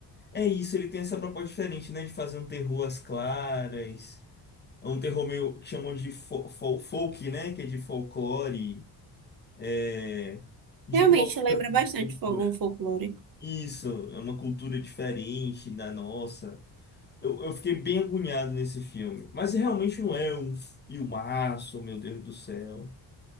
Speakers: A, on the left; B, on the right.
A: É isso, ele tem essa proposta diferente, né? De fazer um terror às claras, É um terror meio que chamam de fo- fol- folk, né? Que é de folclore, é, de
B: Realmente
A: uma outra
B: lembra
A: cultura.
B: bastante Fogão Folclore.
A: Isso, é uma cultura diferente da nossa. Eu, eu fiquei bem agoniado nesse filme, mas realmente não é um filmaço, meu Deus do céu.